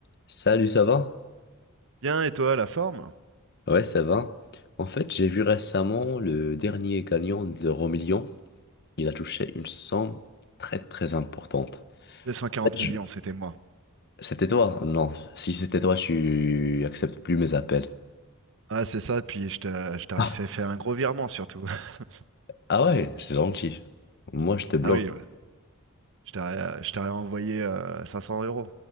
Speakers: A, on the left (about 50°); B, on the right (about 60°).
A: Salut, ça va?
B: Bien, et toi, la forme?
A: Ouais, ça va. En fait, j'ai vu récemment le dernier gagnant de l'euro million. Il a touché une somme très très importante.
B: 240
A: En fait, je-
B: millions, c'était moi.
A: C'était toi? Non. Si c'était toi, tu acceptes plus mes appels.
B: Ah, c'est ça, puis je t'a- je t'aurais
A: Ah,
B: fait faire un gros virement surtout. <laughs>
A: ah ouais, c'est gentil. Moi, je te bloque.
B: Ah oui, ouais. Je t'aurais je t'aurais envoyé euh, 500 euros.